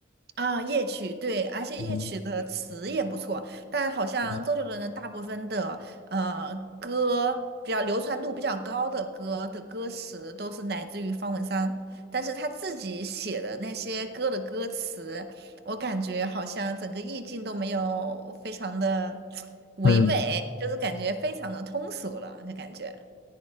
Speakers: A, on the right (about 55°); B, on the left (about 60°).
A: 啊，夜曲对，而且夜曲的词也不错，
B: 嗯
A: 但好像周杰伦的大部分的呃歌比较流传度比较高的歌的歌词都是来自于方文山，
B: 嗯，
A: 但是他自己写的那些歌的歌词，我感觉好像整个意境都没有非常的 <tsk> 唯美，
B: 嗯
A: 就是感觉非常的通俗了，那感觉。